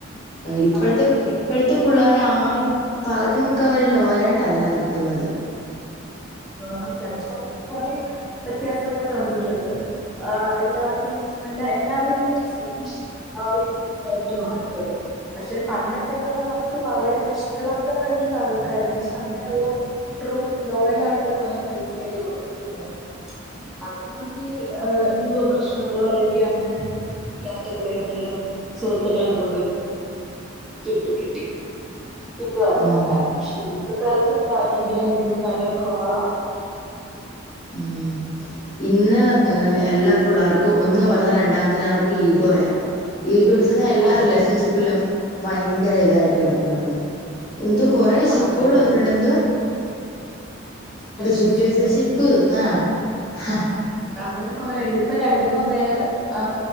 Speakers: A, on the left; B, in the centre.
A: ഇപ്പോഴത്ത
B: ആ, അതെ.
A: പ്പോഴത്തെ പിള്ളേർ ആരും പകുതിമുക്കാവരെ ലോയലായിട്ടല്ല നിക്കുന്നത്.
B: ആ <unintelligible> കുറെ വ്യത്യാസങ്ങൾ വന്നിട്ടുണ്ട്. ആ എല്ലാവർക്കും എല്ല എല്ലാ <unintelligible> ആ ഒരു രീതിയിലായിട്ട് മാറിക്കഴിഞ്ഞു. പക്ഷെ പണ്ടൊക്കെ ന്നെ പറഞ്ഞ നമുക്ക് വളരെ നിഷ്കളങ്കരായിട്ടുള്ള ആൾക്കാരന്ന് ക്ഷെ അങ്ങനെള്ള ട്രൂ ലോയൽ ആയിട്ടുള്ള കൊറേ ഫ്രണ്ട്സിനായക്കെ നമുക്ക് കിട്ടി അത് നമുക്ക് ഈഗോ പ്രശ്നങ്ങളോ അല്ലെങ്കിൽ അങ്ങനെ ങ്ങനെ ഇല്ലാത്ത കുറെ നല്ല സുഹൃത്തുക്കളെ നമുക്ക് <unintelligible> കിട്ടു കിട്ടി കിട്ടുമായിരുന്നു
A: ഉം
B: ആ കാലത്ത്. ക്ഷെ ഇന്നത്ത കാലത്ത് അത് ഭയങ്കര എനക്കൊന്ന് ഭയങ്കര കുറവ.
A: ഉം. ഇന്ന് ഏഹ് എല്ലാ പുള്ളേർക്കും ഒന്ന് പറഞ്ഞാൽ രണ്ടാമത്തതിന് അവർക്ക് ഈഗോയ. ഈഗോടിച്ചത് എല്ലാ
B: അതെ
A: റിലേഷൻഷിപ്പിലും ഭയങ്കര ഇതായിട്ട് കിടക്കുന്നത്. എന്തുവാ കൊറെ
B: സത്യം
A: ഷിപ്പുകൾ
B: സത്യം
A: വന്നിട്ടുണ്ട്. എന്തുവാ
B: റിലേഷൻഷിപ്പ്
A: സിറ്റുവേഷൻ ഷി പ്പ് ആ ഹാ.
B: അങ്ങനെ കൊറണ്ട് ഇപ്പൊ രണ്ടിപ്പോ വേറെ ആ